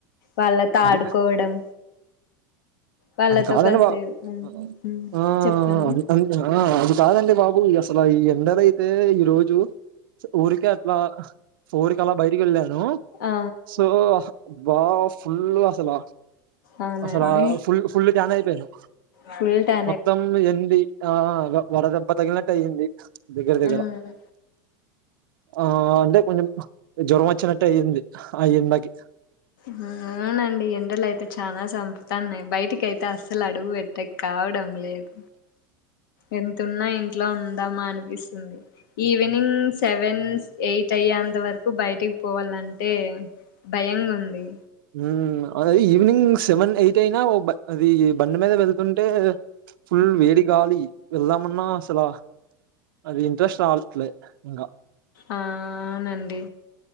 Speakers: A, on the left; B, on the right.
A: వాళ్ళతో
B: అది
A: ఆడుకోవడం వాళ్ళతో
B: అది కాదండి
A: కాసేపు
B: బా
A: హ్మ్
B: అ
A: హ్మ్
B: ఆ
A: చెప్పండి
B: అంతుంద్ ఆ కాదండి బాబు ఇగ అసల ఈ ఎండలయితే ఈరోజు ఉడికెత్తున్నా ఫోర్ కి అలా బయటికి వెళ్ళాను
A: ఆ
B: సో బా ఫుళ్ళు అసల
A: అవునండి
B: అసలా ఫుల్ ఫుళ్ళు ట్యాన్ అయిపోయను
A: ఫుల్ టా
B: మొత్తం ఎంది ఆ వ వడ దెబ్బ తగిలినట్టు అయ్యింది దగ్గర దగ్గర
A: ఉమ్
B: ఆ అంటే కొంచెం జ్వరం వచ్చినట్టు అయింది ఆ ఎండకి
A: హా అవునండి ఎండలు అయితే చానా సంపుతాన్నయి బయటికియితే అస్సలు అడుగు బెట్ తె కావడం లేదు ఎంతున్నా ఇంట్లో ఉందామా అనిపిస్తుంది ఈవినింగ్ సెవెన్, ఎయిట్ అయ్యేంత వరకు బయటికి పోవాలంటే భయంగుంది
B: హ్మ్ అదే ఈవినింగ్ సెవెన్ ఎయిట్ అయినా ఓ బ అదీ బండి మీద వెళ్తుంటే ఫుల్ వేడి గాలి వెళ్దామన్నాసలా అది ఇంట్రెస్ట్ రావట్లే ఇంగా
A: ఆ అవునండి